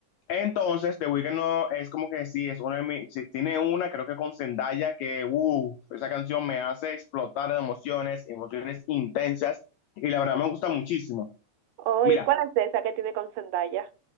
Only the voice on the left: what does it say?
Entonces, The Weeknd no, es como que sí, es una de mis, sí, tiene una, creo que con Zendaya, que uh, esa canción me hace explotar de emociones, emociones intensas, y la verdad me gusta muchísimo.
Mira,